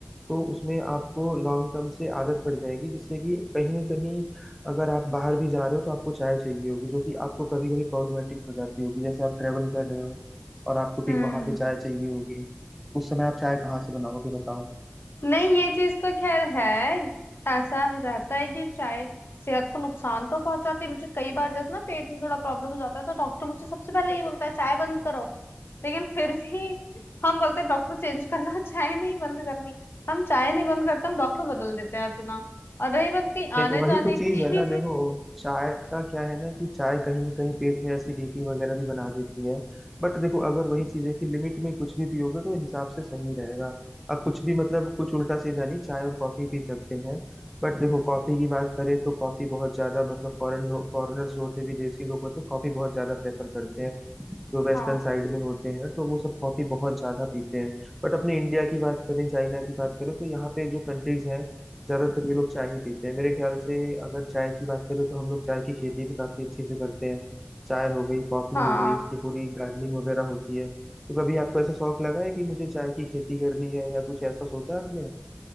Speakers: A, in the centre; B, on the left.
A: तो उसमें आपको लॉन्ग टर्म से आदत पड़ जाएगी जिससे कि कहीं ना कहीं अगर आप बाहर भी जा रहे हो तो आपको चाय चाहिए होगी जो कि आपको कभी कभी प्रॉब्लमेटिक हो जाती होगी जैसे आप ट्रेवल कर रहे हो और आपको फिर
B: हम्म
A: वहां पे चाय चाहिए होगी उस समय आप चाय कहाँ से बनाओगे बताओ
B: नहीं ये चीज तो खैर है ऐसा रहता है कि चाय सेहत को नुकसान तो पहुंचाती है मुझे कई बार जैसे ना पेट में थोड़ा प्रॉब्लम हो जाता है तो डॉक्टर मुझे सबसे पहले ये बोलता है चाय बंद करो लेकिन फिर भी हम बोलते हैं डॉक्टर चेंज कर लो <laughs> चाय नहीं बंद करनी हम चाय नहीं बंद करते हम डॉक्टर बदल देते हैं अपना और रही बात कहीं
A: नहीं
B: आने
A: तो वही
B: जाने
A: तो चीज
B: की
A: है ना देखो चाय का क्या है ना कि चाय कहीं ना कहीं पेट में एसिडिटी वगैरह भी बना देती है बट देखो अगर वही चीज है कि लिमिट में कुछ भी पियोगे तो हिसाब से सही रहेगा अब कुछ भी मतलब कुछ उल्टा सीधा नहीं चाय और कॉफी पी सकते हैं बट देखो कॉफी की बात करें तो कॉफी बहुत ज्यादा मतलब फॉरेन लोग फॉरेनर्स जो होते हैं विदेशी लोग होते हैं कॉफी बहुत ज्यादा प्रेफर करते हैं जो
B: <laughs>
A: वेस्टर्न
B: हाँ
A: साइड में होते हैं तो वो सब कॉफी बहुत ज्यादा पीते हैं बट अपने इंडिया की बात करें चाइना की बात करें तो यहाँ पे जो कंट्रीज हैं ज्यादातर ये लोग चाय ही पीते हैं मेरे ख्याल से अगर चाय की बात करें तो हम लोग चाय की खेती भी काफी अच्छे से करते हैं चाय हो गई कॉफी
B: हाँ
A: हो गई इसकी पूरी गार्डनिंग वगैरह होती है तो कभी आपको ऐसा शौक लगा है कि मुझे चाय की खेती करनी है या कुछ ऐसा सोचा आपने